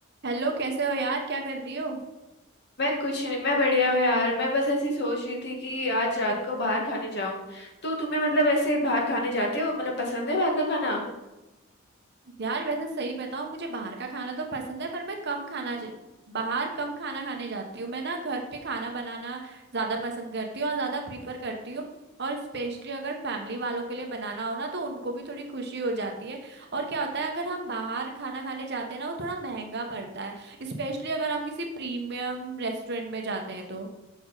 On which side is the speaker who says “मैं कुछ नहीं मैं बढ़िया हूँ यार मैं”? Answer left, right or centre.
Left